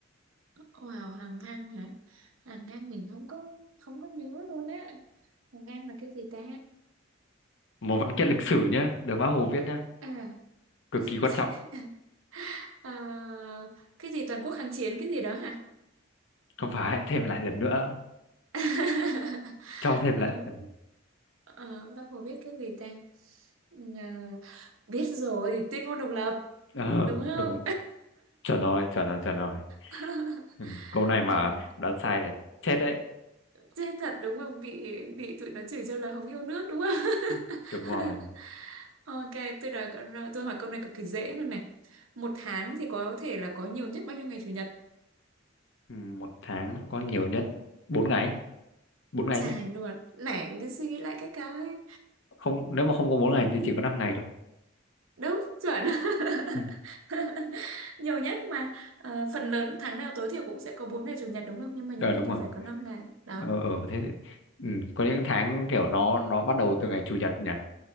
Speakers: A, on the right (about 80°); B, on the left (about 65°).
A: wow hàng ngang hả hàng ngang mình không có không có nhớ luôn á hàng ngang là cái gì ta
B: một
A: hàng
B: văn
A: ngang
B: kiện lịch sử nhá được Bác Hồ viết nhá
A: à
B: cực
A: <laughs>
B: kỳ quan trọng
A: Ờ, cái gì toàn quốc kháng chiến cái gì đó hả
B: không phải thêm lại lần nữa
A: <laughs>
B: cho thêm
A: Ờ,
B: lại lần
A: ờ, bác Hồ biết cái gì ta Ừ, Ờ, biết rồi tuyên ngôn độc lập
B: ờ,
A: đúng không
B: đúng chuẩn rồi chuẩn rồi chuẩn rồi
A: <laughs>
B: ừ. câu này mà
A: Ờ.
B: đã sai là chết đấy
A: Chết thật đúng không? Bị bị tụi nó chửi cho là không yêu nước đúng không?
B: Ừ, đúng rồi
A: <laughs> Ok, tôi đã tôi hỏi câu này cực kỳ dễ luôn này. Một tháng thì có thể là có nhiều nhất bao nhiêu ngày chủ nhật?
B: ừ, một tháng có nhiều nhất bốn ngày bốn ngày
A: Dài
B: chứ
A: luôn. Nãy cứ suy nghĩ lại cái câu ấy.
B: không nếu mà không có bốn ngày thì chỉ có năm ngày thôi
A: Đúng, chuẩn.
B: ừ.
A: <laughs> Nhiều nhất mà Ờ, phần lớn tháng nào tối thiểu cũng sẽ có 4 ngày chủ nhật đúng không? Nhưng mà nhiều
B: ờ
A: nhất
B: đúng
A: thì
B: rồi
A: phải có 5 ngày. Đó.
B: ờ ờ thế ừ. có những tháng kiểu nó nó bắt đầu từ ngày chủ nhật nhỉ